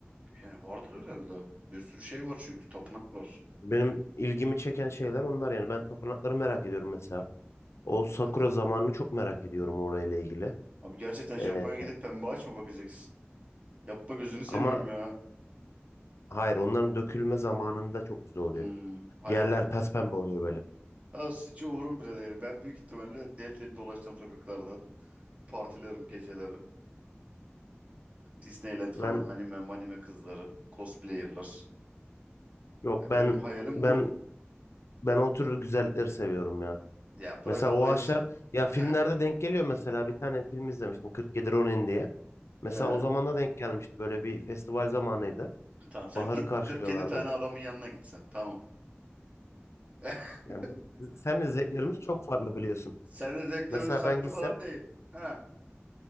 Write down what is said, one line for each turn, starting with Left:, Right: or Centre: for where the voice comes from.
Right: yani vardır herhalde. Bir sürü şey var çünkü. Tapınak var.
Left: Benim ilgimi çeken şeyler onlar yani ben tapınakları merak ediyorum mesela. O Sakura
Right: Yani,
Left: zamanını çok merak ediyorum orayla ilgili.
Right: abi gerçekten Japonya'ya
Left: Ee,
Right: gidip pembe ağaç mı bakacaksın? Yapma gözünü seveyim
Left: ama
Right: ya.
Left: hayır onların dökülme zamanında çok güzel oluyor.
Right: Hmm, hayat
Left: Yerler pespembe oluyor böyle.
Right: ya hiç umurum bile değil. Ben büyük ihtimalle deli deli dolaşacağım sokaklarda. Partilerim geceleri. Disneyland falan
Left: Ben
Right: anime manime kızları. Cosplayerlar.
Left: yok
Right: Ya
Left: ben
Right: benim hayalim
Left: ben
Right: bu.
Left: ben o tür güzellikleri seviyorum ya.
Right: Ya bırak
Left: Mesela
Right: Allah
Left: o ağaçlar
Right: için.
Left: ya filmlerde
Right: Heh.
Left: denk geliyor mesela bir tane film izlemiştim 47 Ronin diye. Mesela
Right: Ee,
Left: o zamana denk gelmişti. Böyle bir festival zamanıydı.
Right: tamam sen
Left: Baharı
Right: git
Left: karşılıyorlardı.
Right: 47 tane adamın yanına gitsen. Tamam. <laughs>
Left: Yani bizim- senle zevklerimiz çok farklı biliyorsun.
Right: Senin zevklerin
Left: Mesela
Right: saklı
Left: ben gitsem
Right: falan değil. Ha,